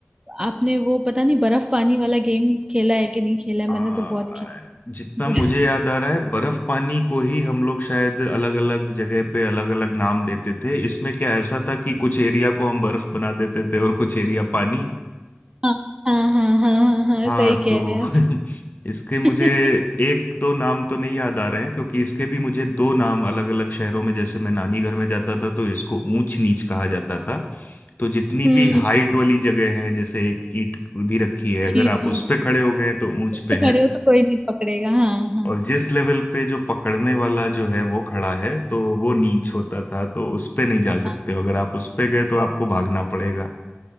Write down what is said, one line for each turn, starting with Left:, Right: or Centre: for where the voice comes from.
Right: आपने वो पता नहीं बर्फ पानी वाला गेम खेला है कि नहीं खेला है
Left: आ,
Right: मैंने तो बहुत खेला
Left: जितना मुझे
Right: <laughs> है।
Left: याद आ रहा है बर्फ पानी को ही हम लोग शायद अलग अलग जगह पे अलग अलग नाम देते थे इसमें क्या ऐसा था कि कुछ एरिया को हम बर्फ बना देते थे और कुछ एरिया पानी
Right: हाँ हाँ हाँ हाँ हाँ हाँ,
Left: हाँ
Right: सही कह
Left: तो
Right: रहे हैं
Left: <laughs>
Right: आप
Left: इसके मुझे
Right: <laughs>
Left: एक दो नाम तो नहीं याद आ रहे हैं क्योंकि इसके भी मुझे दो नाम अलग अलग शहरों में जैसे मैं नानी घर में जाता था तो इसको ऊंच नीच कहा जाता था तो जितनी
Right: हम्म
Left: भी हाइट वाली जगह है जैसे एक ईंट भी रखी है
Right: जी
Left: अगर आप
Right: जी
Left: उस
Right: जी।
Left: पे खड़े हो गए तो ऊंच
Right: तो
Left: पे हैं
Right: खड़े हो तो कोई नहीं पकड़ेगा हाँ हाँ
Left: और जिस लेवल पे जो पकड़ने वाला जो है वो खड़ा है तो वो नीच होता था तो उस पे नहीं जा सकते
Right: हाँ
Left: हो अगर आप उस पे गए तो आपको भागना पड़ेगा